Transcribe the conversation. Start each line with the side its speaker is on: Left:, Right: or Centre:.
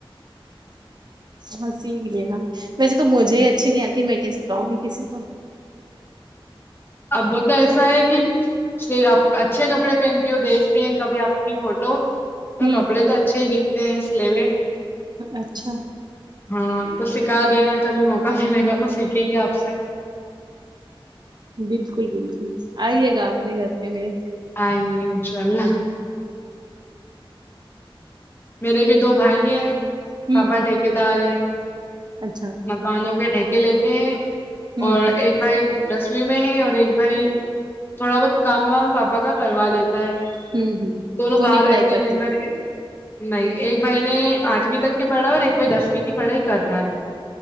Right: ہاں سیکھ لینا ویسے تو مجھے ہی اچھی نہیں آتی میں کیا سکھاؤں گی کسی کو
Left: اب وہ تو ایسا ہے کہ آپ اچھے کپڑے پہنتی ہو دیکھتے ہیں کبھی آپ کی فوٹو تو
Right: ہوں
Left: کپڑے تو اچھے ہی دکھتے ہیں سلیوے
Right: اچھا
Left: ہاں تو سکھا دینا ہے کبھی موقع دینے کا تو سیکھیں گے آپ سے
Right: بالکل بالکل آئیے گا اپنے گھر کے میرے
Left: آئینگے انشاء اللہ میرے بھی دو بھائی ہیں
Right: ہوں
Left: پاپا ٹھیکیدار ہیں
Right: اچھا
Left: مکانوں کے ٹھیکے لیتے ہیں
Right: ہوں
Left: اور ایک بھائی دسویں میں ہے اور ایک بھائی تھوڑا بہت کام وام پاپا کا کروا لیتا ہے
Right: ہوں ہوں
Left: دونوں
Right: وہ
Left: باہر
Right: نہیں پڑھائی
Left: رہتے
Right: کرتے
Left: ہیں دن بھر نہیں ایک بھائی نے آٹھویں تک کی پڑھا ہے اور ایک بھائی دسویں کی پڑھائی کر رہا ہے